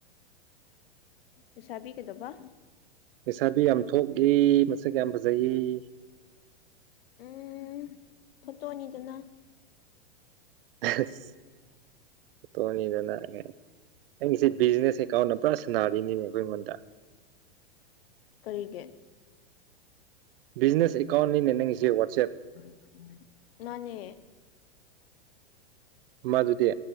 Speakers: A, on the left (about 65°); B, on the right (about 60°).
A: ꯂꯩꯁꯥꯕꯤ ꯀꯩꯗꯧꯕ
B: ꯂꯩꯩꯁꯥꯕꯤ ꯌꯥꯝ ꯊꯣꯛꯒꯤ ꯃꯁꯛ ꯌꯥꯝ ꯐꯖꯩ
A: ꯎꯝ ꯐꯣꯇꯣꯅꯤꯗꯅ
B: ꯑꯁ ꯐꯣꯇꯣꯅꯤꯗꯅ <unintelligible> ꯅꯪꯒꯤꯁꯦ ꯕꯤꯖꯤꯅꯦꯁ ꯑꯦꯀꯥꯎꯟ ꯄꯨꯔꯥ ꯁꯅꯥꯔꯤꯅꯤꯅꯦ ꯑꯩꯈꯣꯏꯉꯣꯟꯗ
A: ꯀꯔꯤꯒꯤ
B: ꯕꯤꯖꯤꯅꯦꯁ ꯑꯦꯀꯥꯎꯟꯅꯤꯅꯦ ꯅꯪꯒꯤꯁꯦ ꯋꯥꯠꯆꯦꯞ
A: <unintelligible> ꯃꯥꯅꯦ
B: ꯃꯗꯨꯗꯤ